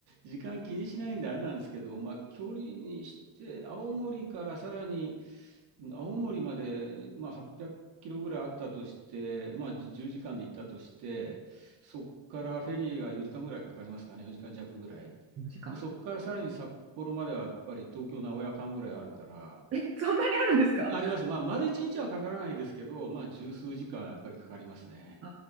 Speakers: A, on the right; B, on the right.
A: 時間気にしないんであれなんですけど、まあ、距離にして、青森からさらに、青森まで、まあ、800キロぐらいあったとして、まあ、10時間で行ったとして、そこからフェリーが4時間ぐらいかかりますかね、4時間弱ぐらい。
B: 時間。
A: で、そこからさらに札幌まではやっぱり東京名古屋間ぐらいあるから、
B: え、そんなにあるんですか
A: あります。まあ、丸一日はかからないですけど、まあ、十数時間やっぱりかかりますね。
B: あ